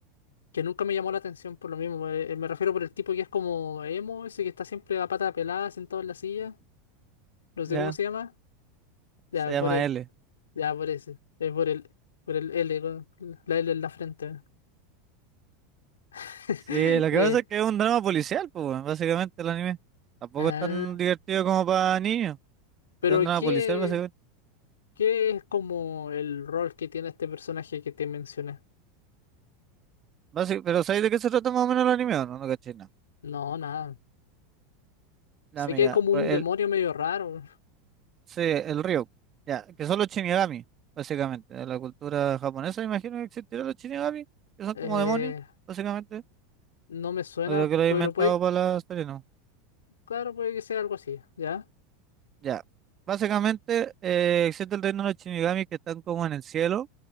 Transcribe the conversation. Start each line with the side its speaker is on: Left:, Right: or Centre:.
Left: que nunca me llamó la atención por lo mismo. eh, Me refiero por el tipo que es como emo, ese que está siempre a pata pelada, sentado en la silla. no sé
Right: Ya,
Left: cómo se llama, ya
Right: se llama
Left: por él,
Right: L.
Left: ya por ese, es por el, por el L, con la L en la frente. <laughs>
Right: Sí, lo
Left: Eh,
Right: que pasa es que es un drama policial, pues, weón, básicamente el anime. Tampoco
Left: ah,
Right: es tan divertido como para niños.
Left: pero
Right: Es un drama
Left: ¿qué,
Right: policial, básicamente.
Left: qué es como el rol que tiene este personaje que te mencioné?
Right: Bási- pero ¿sabéis de qué se trata más o menos el anime o no? No caché, nada.
Left: No, nada.
Right: Ya,
Left: Sé
Right: mira,
Left: que hay como
Right: pues
Left: un demonio
Right: el,
Left: medio raro.
Right: sí, el Ryuk. Ya, que son los Shinigami, básicamente. De la cultura japonesa, imagino que existirán los Shinigami, que son
Left: Eh,
Right: como demonios, básicamente.
Left: no me suena,
Right: No creo que lo haya
Left: pero
Right: inventado
Left: puede,
Right: para la serie, no.
Left: claro, puede que sea algo así, ¿ya?
Right: Ya. Básicamente, eh, existe el reino de los Shinigami que están como en el cielo.